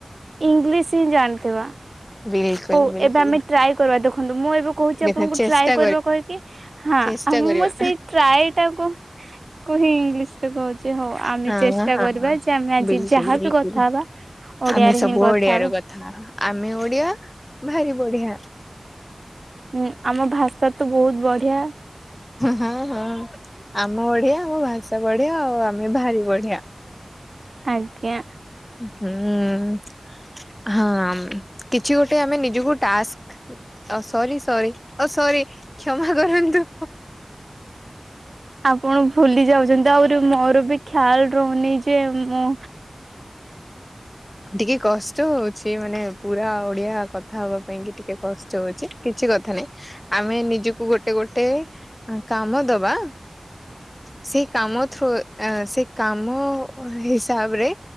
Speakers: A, on the right; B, on the left.
A: ଇଂଲିଶ ହିଁ ଜାଣିଥିବା।
B: ବିଲକୁଲ
A: ହଉ
B: ବିଲକୁଲ
A: ଏବେ ଆମେ ଟ୍ରାଏ କରିବା ଦେଖନ୍ତୁ। ମୁଁ ଏବେ କହୁଛି
B: ଦେଖ
A: ଆପଣଙ୍କୁ
B: ଚେଷ୍ଟା
A: ଟ୍ରାଏ କରିବା କହିକି। ହଁ
B: ଚେଷ୍ଟା
A: ଆଉ
B: କରିବା।
A: ମ ସେଇ ଟ୍ରାଏ ଟାକୁ କୁ ହିଁ ଇଂଲିଶରେ କହୁଚି। ହଉ ଆମେ
B: ହଁ
A: ଚେଷ୍ଟା
B: ହଁ
A: କରିବା ଯେ ଆମେ ଆଜି
B: ବିଲକୁଲ
A: ଯାହାବି
B: ବିଲକୁଲ
A: କଥା ହବା ଓଡିଆରେ
B: ଆମେ ସବୁ
A: ହିଁ କଥା
B: ଓଡ଼ିଆରେ
A: ହବା
B: କଥା ହବା। ଆମେ ଓଡ଼ିଆ ଭାରି ବଢ଼ିଆ।
A: ହୁଁ ଆମ ଭାଷା ତ ବହୁତ ବଢ଼ିଆ।
B: ହଁ ହଁ ଆମେ ଓଡ଼ିଆ, ଆମ ଭାଷା ବଢ଼ିଆ, ଆଉ ଆମେ ଭାରି ବଢିଆ।
A: ଆଜ୍ଞା।
B: ହୁଁ ହଁ କିଛି ଗୋଟେ ଆମେ ନିଜକୁ ଟାସ୍କ ଅ ସରି ସରି ଅ ସରି କ୍ଷମା କରନ୍ତୁ।
A: ଆପଣ ଭୁଲି ଯାଉଛନ୍ତି ଆହୁରି ମୋର ବି ଖ୍ୟାଲ ରହୁନି ଯେ ମୁଁ
B: ଟିକେ କଷ୍ଟ ହଉଚି। ମାନେ ପୁରା ଓଡ଼ିଆ କଥା ହବା ପାଇଁ କି ଟିକେ କଷ୍ଟ ହଉଚି। କିଛି କଥା ନାଇଁ ଆମେ ନିଜକୁ ଗୋଟେ ଗୋଟେ କାମ ଦବା। ସେଇ କାମ ଥ୍ରୋ ସେଇ କାମ ହିସାବରେ